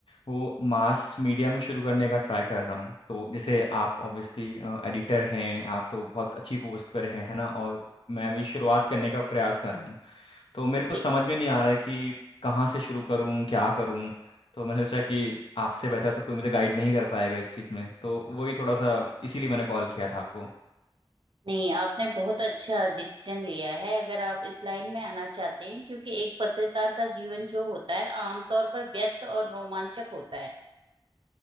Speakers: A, on the left; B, on the right.
A: वो मास मीडिया में शुरू करने का ट्राई कर रहा हूँ तो जैसे आप ऑब्वियसली एडिटर हैं आप तो बहुत अच्छी पोस्ट पर हैं है ना और मैं अभी शुरुआत करने का प्रयास कर रहा हूँ तो मेरे को
B: ये
A: समझ में नहीं आ रहा है कि कहाँ से शुरू करूँ क्या करूँ तो मैंने सोचा कि आपसे बेहतर तो कोई मुझे गाइड नहीं कर पाएगा इस चीज़ में तो वही थोड़ा सा इसीलिए मैंने कॉल किया था आपको
B: नहीं आपने बहुत अच्छा डिसीजन लिया है अगर आप इस लाइन में आना चाहते हैं क्योंकि एक पत्रकार का जीवन जो होता है आमतौर पर व्यस्त और रोमांचक होता है